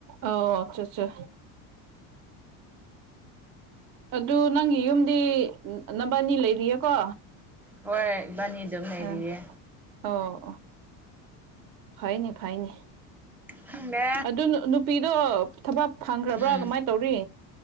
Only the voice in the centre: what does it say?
ꯍꯣꯏ ꯏꯕꯥꯅꯤ ꯑꯗꯨꯝ ꯂꯩꯔꯤꯌꯦ
ꯈꯪꯗꯦ
ꯎꯝ